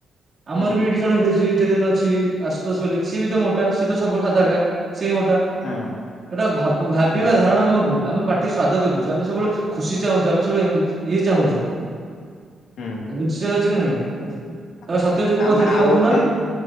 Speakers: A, on the right; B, on the left.
A: ଆମର
B: ହୁଁ ହୁଁ
A: ବି ଏଇଠି ଜଣେ ଭେଜିଟେରିଆନ ଅଛି ଆଶୁତୋଷ ବୋଲି ସିଏ ବି ତ ମୋଟା, ସିଏ ତ ସବୁବେଳେ ସାଧା ଖାଏ। ସିଏ କାଇଁ ମୋଟା,
B: ହଁ
A: ଏଇଟା ଭାବ ଭାବିବା
B: ହଁ
A: ଧାରଣା ଆମ ଭୁଲ୍ ଆମେ ପାଟି ସ୍ଵାଦ ଦେଖୁଚୁ ଆମେ ସବୁବେଳେ ଖୁସି ଚାହୁଁଚୁ, ଆମେ ସବୁବେଳେ ଏମତି ଇଏ ଚାହୁଁଚୁ
B: ହୁଁ
A: ଆଉ ବୁଝିଚଟି କି ନାଇଁ ତମେ
B: ହଁ
A: ସତ୍ୟ ଯୁଗ
B: ଆମେ
A: କଥା ଟିକେ
B: ଆଉ
A: ଭାବୁନା।
B: ଗୋଟେ